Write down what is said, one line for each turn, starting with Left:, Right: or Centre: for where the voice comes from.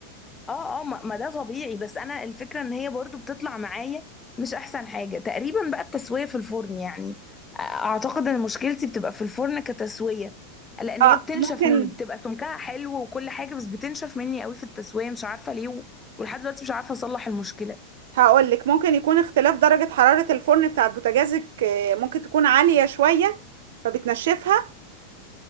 Left: اه اه ما ما ده طبيعي بس انا الفكره ان هي برضو بتطلع معايا مش احسن حاجه تقريبا بقى التسويه في الفرن يعني اعتقد ان مشكلتي بتبقى في الفرن كتسويه لان
Right: اه
Left: هي بتنشف
Right: ممكن
Left: مني بتبقى سمكها حلو وكل حاجه بس بتنشف مني قوي في التسويه مش عارفه ليه و- ولحد دلوقتي مش عارفه اصلح المشكله
Right: هقول لك ممكن يكون اختلاف درجه حراره الفرن بتاعت بوتاجازك آه، ممكن تكون عاليه شويه فبتنشفها